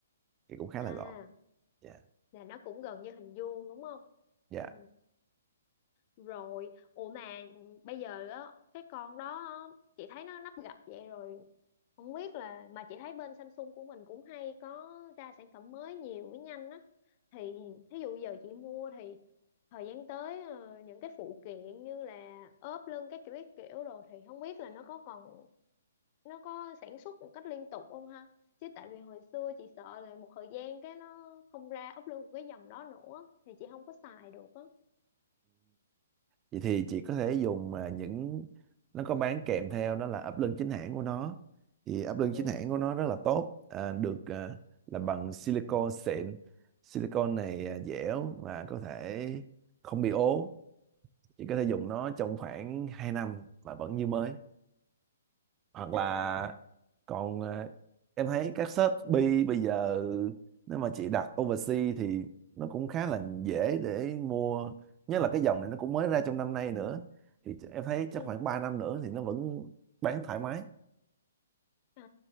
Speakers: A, on the right (about 20°); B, on the left (about 35°).
A: thì cũng khá
B: à
A: là gọn dạ
B: là nó cũng gần như hình vuông đúng không
A: dạ
B: ừ rồi ủa mà bây giờ á cái con đó á, chị thấy nó nắp gập vậy rồi không biết là mà chị thấy bên Samsung của mình cũng hay có ra sản phẩm mới nhiều với nhanh á thì thí dụ giờ chị mua thì thời gian tới ờ, những cái phụ kiện như là ốp lưng các kiểu các kiểu đồ thì không biết là nó có còn nó có sản xuất một cách liên tục không ha chứ tại vì hồi xưa chị sợ là một thời gian cái nó không ra ốp lưng của cái dòng đó nữa thì chị không có xài được á
A: vậy thì chị có thể dùng mà những nó có bán kèm theo đó là ấp lưng chính hãng của nó thì ấp lưng
B: ừ
A: chính hãng của nó rất là tốt à, được à, làm bằng silicon xịn silicon này à, dẻo và có thể không bị ố chị có thể dùng nó trong khoảng 2 năm mà vẫn như mới hoặc là
B: à
A: còn à, em thấy các Shopee bây giờ nếu mà chị đặt overseas thì nó cũng khá là dễ để mua nhất là cái dòng này nó cũng mới ra trong năm nay nữa thì em thấy chắc
B: Ừ.
A: khoảng 3 năm nữa thì nó vẫn bán thoải mái
B: Ờ,